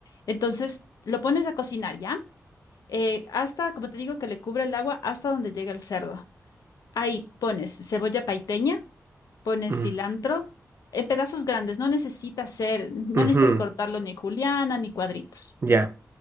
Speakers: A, on the left; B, on the right.
A: Entonces, lo pones a cocinar, ¿ya? Eh, hasta, como te digo, que le cubre el agua hasta donde llegue el cerdo. Ahí pones cebolla paiteña, pones
B: mm,
A: cilantro en pedazos grandes, no necesita ser, no
B: ujú,
A: necesitas cortarlo ni juliana ni cuadritos.
B: ya.